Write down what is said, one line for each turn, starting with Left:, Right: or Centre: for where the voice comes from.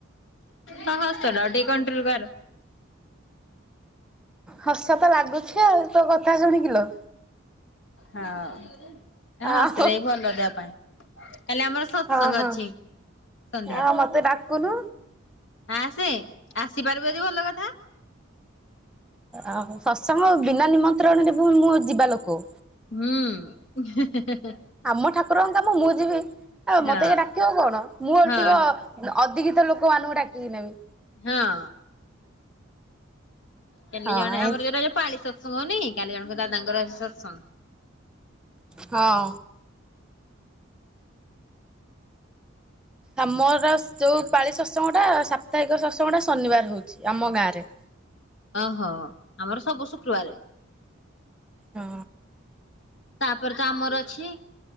Left: ହ ହସଡାକୁ ଟିକେ କଣ୍ଟ୍ରୋଲ କର।
Centre: ହସ ତ ଲାଗୁଚି ଆଉ ତୋ କଥା ଶୁଣିକିଲୋ।
Left: ହଁ ହଁ
Centre: ଆଉ
Left: ହସିଦେଇ ଭଲ ଦେହ ପାଇଁ। କାଲି ଆମର
Centre: ହଁ
Left: ସତସଙ୍ଗ
Centre: ହଁ
Left: ଅଛି। ସନ୍ଧ୍ୟାରେ
Centre: ଆଉ ମତେ ଡାକୁନୁ
Left: ଆସେ ଆସିପାରିବୁ ଯଦି ଭଲ କଥା।
Centre: ଓ ହ ସତ୍ସଙ୍ଗ ବିନା ନିମନ୍ତ୍ରଣ ଣେ ମୁଁ ମୁଁ ଯିବା ଲୋକ।
Left: ହୁଁ ହେ ହେ ହେ।
Centre: ଆମ ଠାକୁରଙ୍କ କାମ ମୁଁ ଯିବି ଆଉ
Left: ହଁ
Centre: ମତେ କିଏ ଡାକିବ କଣ ମୁଁ ଓଲଟି
Left: ହଁ
Centre: କହ ଅଧିକିତ ଲୋକମାନଙ୍କୁ ଡାକିକି ନେବି।
Left: ହଁ। କାଲି
Centre: ହଁ
Left: ଜଣେ ଆମର
Centre: ଏ
Left: ଯୋଉରା ଯୋ ପାଳି ସତ୍ସଙ୍ଗ ହଉନି କି କାଲି ଜଣଙ୍କ ଦାଦଙ୍କର ସତ୍ସଙ୍ଗ।
Centre: ହଁ। ଆମର ଯୋଉ ପାଳି ସତ୍ସଙ୍ଗଟା ସାପ୍ତାହିକ ସତ୍ସଙ୍ଗଟା ଶନିବାର ରହୁଚି ଆମ ଗାଁରେ।
Left: ଓହୋ ଆମର ସବୁ ଶୁକ୍ରବାରେ।
Centre: ହଁ।
Left: ତାପରେ ତ ଆମର ଅଛି।